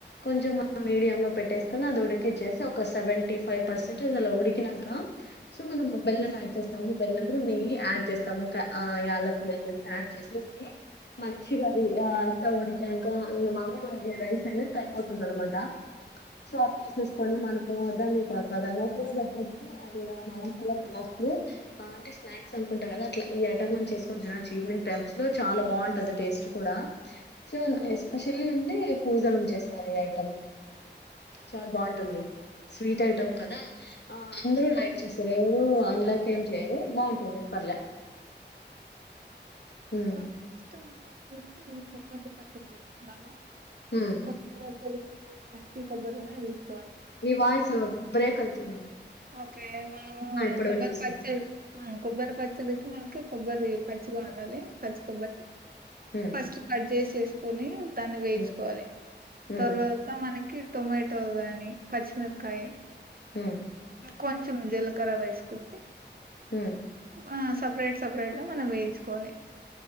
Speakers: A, on the left; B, on the right.
A: కొంచెం మీడియం లో పెట్టేసుకొని ఆది ఉడికిచేసి ఒక సెవెంటీ ఫైవ్ పర్సంట్ అది అలా ఉడికినంక సో మనం బెల్లం ఆడ్ చేస్తము బేల్లము నెయ్యి ఆడ్ చేస్తాము క యాలకులు అడ్ చేసేసి మంచిగా అంత ఉడికి నంక ఇంగ మాములు మనకి రైస్ అయి టైపోతుంది అనమాట సో అది తీసేసుకొని మనము దాన్ని ప్రసాదంగా కూడా పెట్టచ్చు అండ్ మనం కూడా తినొచ్చు అంటే స్నాక్స్ అనుకుంటా కదా అట్లా ఈ ఐటమ్ చేసుకొని తినచ్చు ఈవినింగ్ టైమ్స్ లో చాలా బాగుంటది టేస్ట్ కూడా శన్ ఎస్పెషల్లీ అంటే పూజలోకి చేస్తారు ఇ ఐటమ్ చాలా బాగుంటుంది స్వీట్ ఐటమ్ కదా ఆ అందరూ లైక్ చేస్తారు ఎవరు అన్లైక్ ఏం చేయరు బాగుంటుంది పర్లే ఉమ్
B: స ఇష్ట మన్న మ చేసి కొబ్బరి పచ్చడి చేస్తున్నాము
A: ఉమ్
B: కొ బ్బ పచ్చి కొబ్బరినే తీస్
A: మీ వాయిస్ బ్రేక్ అయితుంది
B: ఓకే మన్
A: ఆ ఇప్పుడు
B: కొబ్బరి
A: వినిపిస్తుంది
B: పచ్చడి ఆ కొబ్బరి పచ్చడికి మనకి కొబ్బరి పచ్చిగా ఉండాలి పచ్చికొబ్బరి
A: ఉమ్
B: ఫస్ట్ కట్ చేసేసుకొని దాన్ని వేయించుకోవాలి
A: ఉమ్ ఉమ్
B: తర్వాత మనకి టొమాటో గాని పచ్చిమిరకాయ్
A: హ్మ్!
B: కొంచెం జీలకర్ర వేసుకుంది.
A: హ్మ్!
B: ఆ సెపరేట్ సెపరేట్ గా మనం వేయించుకోవాలి.